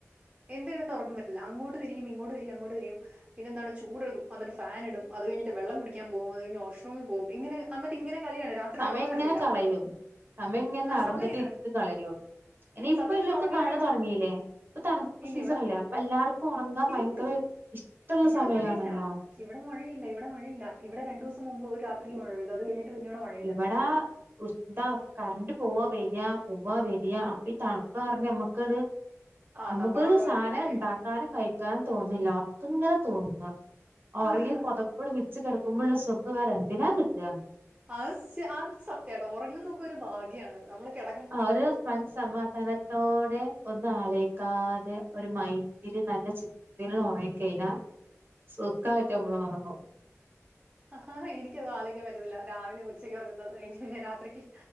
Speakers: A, on the right (about 25°); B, on the right (about 45°).
A: എന്ത് ചെയ്യണ്ട് ഒറങ്ങൻ പറ്റത്തില്ല അങ്ങോട്ട് തിരിയും ഇങ്ങോട്ട് തിരിയും അങ്ങോട്ട് തിരിയും പിന്നെന്താണ് ചൂടെടുക്കും എന്നിട്ട് ഫാനിടും അത് കഴിഞ്ഞിട്ട് വെള്ളം കുടിക്കാൻ പോവും അത് കഴിഞ്ഞ് ഓഷ്റൂമിൽ പോവും ഇങ്ങനെ അന്നിട്ട് ഇങ്ങനെ കളിയാണ് രാത്രിക്ക്
B: സമയം
A: ഉറക്കം
B: ഇങ്ങനെ
A: വരത്തില്ല
B: കളയും സമേങ്ങനടന്നിട്ട്
A: ആ സമയം ഇങ്ങനെയാണ്
B: ഇത് കളഞ്ഞു ഇനി ഇപ്പ
A: സത്യത്തിൽ
B: എല്ലാത്തും
A: ഉറങ്ങാനുള്ള
B: മഴ തൊടങ്ങീല്ലേ ഇപ്പോ തണുപ്പ്
A: ഇല്ല
B: സീസണല്ലേ
A: ഇവിടെ
B: അപ്പ എല്ലാർക്കും ഒറങ്ങാൻ ഭയങ്കര
A: ഇല്ല
B: ഇഷ്ടുള്ള
A: ഇവിടെ
B: സമയാണല്ലോ
A: മഴയില്ല ഇവിടെ മഴയില്ല ഇവിടെ മഴയില്ല ഇവിടെ രണ്ടുസം മുമ്പ് ഒരാ ത്രീം മഴ പെയ്ത് അത് കഴിഞ്ഞിട്ട് പിന്ന ഇവിടെ മഴ
B: ഇബടാ ഉസ് എന്താ കറണ്ട് പോവാ വര്യാ പോവാ വര്യാ അപ്പ ഈ തണുപ്പ് കാരണം ഞമ്മക്കത്
A: ആഹ്
B: അമുക്കൊരു
A: നമ്മള് ഓട്ടോമാറ്റിക്കായി
B: സാനം ഇണ്ടാക്കാനും
A: ഉറങ്ങി
B: കഴിക്കാനും തോന്നില്ല അപ്പ് ഇങ്ങന തോന്നാ ഒറയേ
A: അത്
B: പൊതപ്പൂടുമിച്ച് കിടക്കുമ്പുള്ള സുഖം വേറെ എന്തിനാ കിട്ടാ
A: ആസ് അത് സത്യാട്ടോ ഒറങ്ങുനോക്ക ഒരു ഭാഗ്യാണ് നമ്മള് കെട
B: അവര് സ്മൻസ് സമാതാനാ ത്തോടെ ഒന്നും ആലോയ്ക്കാതെ ഒരു മൈൻഡില് നല്ല ചിൻ തില് ഒറങ്ങിക്കഴിഞ്ഞാ സുഖായിട്ട് ഞമ്മള് ഒറങ്ങും
A: ആഹ് ഹ ഹ എനിക്കത് ആലോയിക്കാൻ പറ്റിന്നില്ല രാവിലെ ഉച്ചയ്ക്ക് ഒറക്കുന്നത് എനി പിന്നെ രാത്രിക്ക്